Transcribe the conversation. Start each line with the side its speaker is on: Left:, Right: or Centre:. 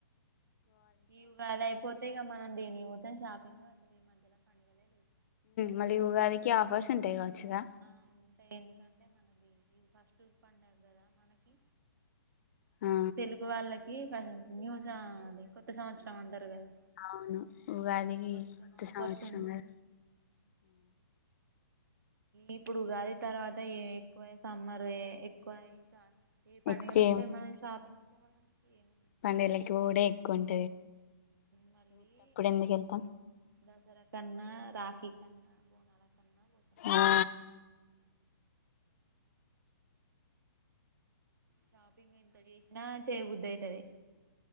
Right: ఇగా అద అయిపోతేా క మ దేనికి షాపింగ్ అసలు ఈ మధ్యన పండగలే లేవు
Left: మళ్ళీ ఉగాదికి ఆఫర్స్ ఉంటాయి కావచ్చుగా
Right: ఆ ఉంటాయి ఎందుకంటే మనది ఇది ఫస్ట్ పడుగగ కదా మనకి
Left: ఆ
Right: తెలుగు వాళ్ళకి న్యూస్ అది కొత్త సంవత్సరం అంటారు కదా
Left: అవును ఉగాదికి
Right: కొంచెం
Left: కొత్త
Right: ఆఫర్స్
Left: సంవత్సరం
Right: ఉంటాయి
Left: గ
Right: ఇప్పుడు ఉగాది తర్వాత ఎక్కువ సమ్మర్ ఎక్కువ ఏ పండుగలు
Left: ఎక్కువ
Right: ఉంటే మనం షాపింగ్ పోవడానికి ఏం
Left: పండేలకి ఊడ ఎక్కుంట
Right: మళ్ళీ
Left: ఎందుకు వెళ్తాం
Right: దసరా కన్నా రాఖీ కన్నా బనాల కన్నా పోత
Left: ఆ
Right: షాపింగ్ ఎంత చేసినా చేయబద్దు అవుతుది